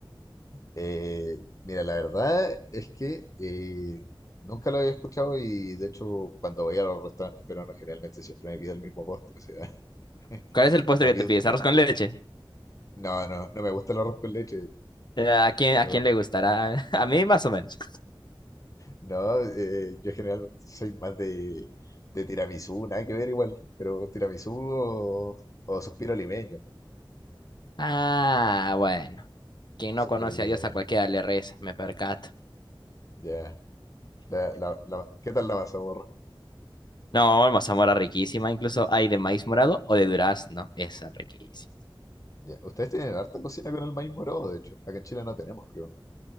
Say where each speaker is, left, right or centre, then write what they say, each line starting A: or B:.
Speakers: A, on the left (about 40°); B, on the left (about 55°).
A: eh, mira, la verdad es que eh, nunca lo había escuchado y de hecho cuando voy a los restaurantes peruanos generalmente siempre me pido el mismo postre, o sea, <laughs>
B: ¿Cuál es el postre
A: o
B: que
A: pido
B: te pides? ¿Arroz con leche?
A: No, no, no me gusta el arroz con leche, de hecho.
B: Eh, ¿A quién, a
A: No,
B: quién le gustará? <laughs> A mí más o menos.
A: no, eh, yo generalmente soy más de, de tiramisú, nada que ver igual, pero tiramisú o, o suspiro limeño.
B: Ah, bueno. Quien no
A: Suspiro
B: conoce
A: limeño,
B: a Dios a cualquiera le reza, me percato.
A: ya. La, la, la- ¿qué tal la mazamorra?
B: No, mazamorra riquísima, incluso hay de maíz morado o de durazno, esa riquísima.
A: Ya. Ustedes tienen harta cocina con el maíz morado, de hecho. Acá en Chile no tenemos, creo.